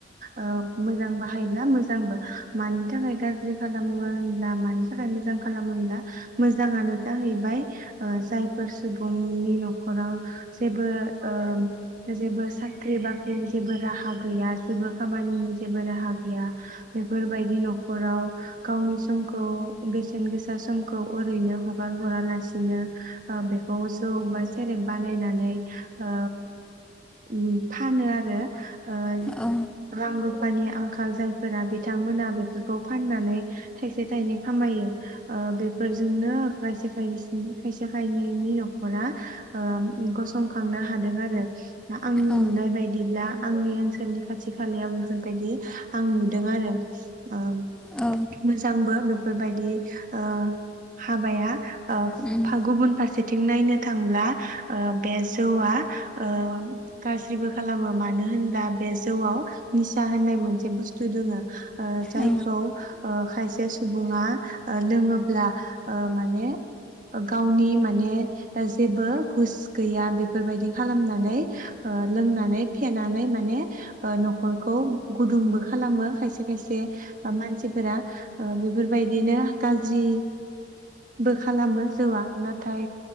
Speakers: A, on the right; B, in the centre.
A: ओ मोजां बाहायोब्ला मोजांबो मानि थाखाय गाज्रि खालामो होनब्ला मानि थाखाय मोजां खालामो होनब्ला मोजाङानो जाहैबाय ओ जायफोर सुबुंनि न'खराव जेबो ओ जेबो साख्रि बाख्रिनि जेबो राहा गैया जेबो खामानिनि जेबो राहा गैया बेफोरबायदि न'खराव गावनि समखौ बेसेन गोसा समखौ ओरैनो हगार हरा लासिनो औ बेखौ जौ बा सेरेब बानायनानै ओ उ फानो आरो ओ
B: औ
A: रां रुफानि आंखाल जों फोरा बिथांमोना बेफोरखौ फाननानै थाइसे थाइनै खामायो ओ बेफोरजोंनो खायसे खायसे खायसे खायनैनि न'खरा ओ गसंखांनो हादों आरो ना आंनि
B: औ
A: नुनाय बायदिब्ला आंनि ओनसोलनि खाथि खालायाव बेफोर बायदि आं नुदों आरो ओ
B: औ
A: मोजांबो बे बेफोरबायदि ओ हाबाया औ
B: उम
A: गुबुन फारसेथिं नायनो थांब्ला ओ बे जौआ ओ गाज्रिबो खालामो मानो होनब्ला बे जौआव निसा होननाय मोनसे बुस्थु दङो ओ जायखौ
B: औ
A: ओ खायसे सुबुङा लोङोब्ला ओ माने गावनि माने जेबो हुस गैया बेफोरबायदि खालामनानै ओ लोंनानै फेनानै माने ओ न'खरखौ गुदुंबो खालामो खायसे खायसे अ मानसिफोरा अ बेफोरबायदिनो गाज्रि बो खालामो जौआ बाद नाथाय